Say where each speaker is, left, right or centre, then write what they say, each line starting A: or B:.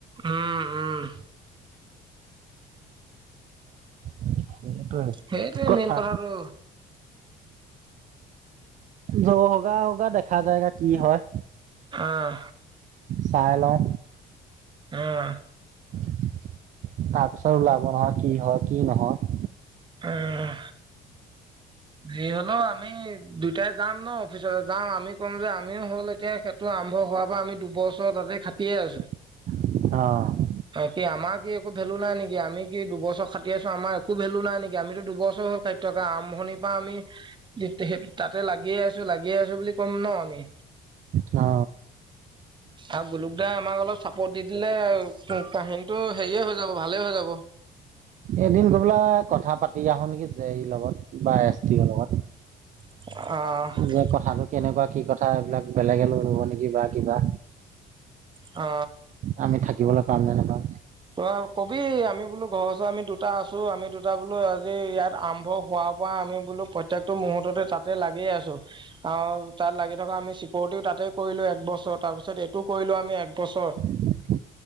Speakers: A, on the right (about 30°); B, on the right (about 50°).
A: উম উম
B: সেইটোৱে
A: সেইটোৱে
B: কথা,
A: মেইন কথাটো
B: জৌ হৌগা হৌগা দেখা যায়েগা কি হয়,
A: অঁ
B: চাই লও
A: উম
B: তাৰপিছত ওলাব নহয় কি হয় কি নহয়
A: উম যি হলেও আমি দুইটাই যাম ন অফিচলে যাম আমি ক'ম যে আমিও হ'ল এতিয়া খেত টো আৰম্ভ হোৱাৰ পৰা আমি দুবছৰ তাতে খাটিয়ে আছো
B: অ
A: কি আমাৰ কি একো ভেলু নাই নিকি আমি কি দুবছৰ খাতি আছো আমাৰ একো ভেলু নাই নিকি আমিতো দুবছৰ হ ঠাইত থকা আৰম্ভণি বা আমি সেই তাতে লাগিয়ে আছো লাগিয়ে আছো বুলি ক'ম ন আমি
B: অ
A: আৰু গোলুক দাই আমাক অলপ চাপৰ্ট দি দিলে আউ কাহিনীটো হেৰিয়ে হৈ যাব ভালে হৈ যাব
B: এদিন গৈ পেলাই কথা পাতি আহো নেকি জে ই লগত বা এছ টি লগত
A: অ
B: যে কথাটো কেনেকুৱা কি কথা এইবিলাক বেলেগে লৈ ল'ব নেকি বা কিবা
A: অ
B: আমি থাকিবলৈ পাম নে নেপাম?
A: ত কবি আমি বোলো ঘৰৰ ওচৰত আমি দুটা আছো আমি দুটা বোলো আজি ইয়াত আৰম্ভ হোৱা পৰা আমি বোলো প্ৰত্যেকটো মুহৰ্ততে তাতে লাগিয়েই আছো আৰু তাত লাগি থকা আমি চিকৰটিও তাতেই কৰিলো একবছৰ তাৰ পিছত এইটো কৰিলো আমি একবছৰ
B: <unintelligible>